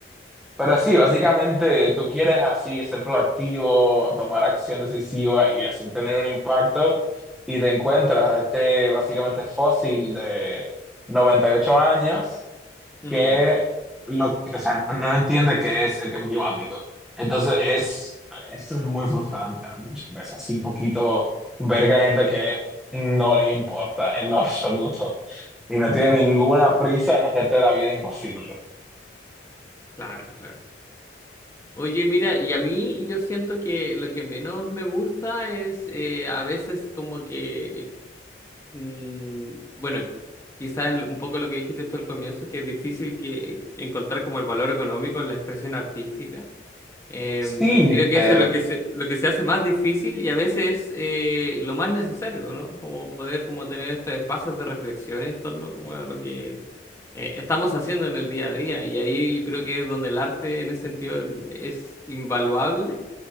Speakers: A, in the centre; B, on the left (about 15°).
A: pero sí, básicamente tú quieres así ser proactivo, tomar acción decisiva y así tener un impacto y te encuentras a este básicamente fósil de 98 años
B: Mm,
A: que lo, o sea, no, no entiende qué es el cambio climático. Entonces es, eso es muy frustrante muchas veces, así un poquito ver que hay gente que no le importa en lo <laughs> absoluto y no tiene
B: mm,
A: ninguna prisa en hacerte la vida imposible.
B: Claro, claro. Oye, mira, y a mí yo siento que lo que menos me gusta es eh, a veces como que, mm, bueno, quizás el- un poco lo que dijiste tú al comienzo, que es difícil que encontrar como el valor económico en la expresión artística. Em,
A: Sí,
B: creo que
A: eh,
B: eso es lo que se, lo que se hace más difícil y a veces eh, lo más necesario, ¿no? Como poder como tener estos espacios de reflexión en torno como a lo que eh, estamos haciendo en el día a día. Y ahí yo creo que es donde el arte en ese sentido es invaluable.